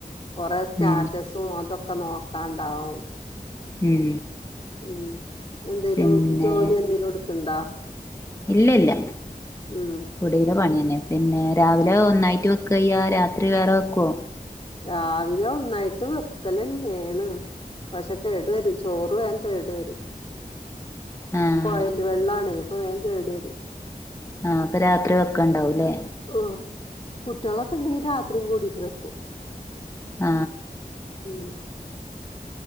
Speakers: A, on the left (about 40°); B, on the left (about 20°).
A: കൊറേ സ്റ്റാറ്റസും
B: ഉം
A: അതൊക്കെ നോക്കാണ്ടാവും
B: ഉം
A: ഉ എന്തേലും
B: പിന്നെ
A: ജോലി എന്തേലും എടുക്കണ്ടോ
B: ഇല്ല ഇല്ല
A: ഉം
B: കുടിയിലെ പണി തന്നെ പിന്നെ രാവിലെ ഒന്നായിട്ട് വെക കയ്യ രാത്രി വേറെ വെക്കുവെ?
A: രാവിലെ ഒന്നായിട്ട് വെക്കലന്നെണ്. പക്ഷെ കേടു വരും ചോറ് വേഗം കേടു വരും.
B: ആഹ്
A: കൊഴയില് വെള്ളണേ അപ്പൊ വേഗം കേട് വരും.
B: ആ അപ്പൊ രാത്രി വെക്കണ്ടാവും അല്ലേ?
A: ആഹ് കുട്ടികളൊക്കെ ഉണ്ടെങ്കി രാത്രിയും കൂടിട്ട് വെക്കും.
B: ആ
A: <inaudible>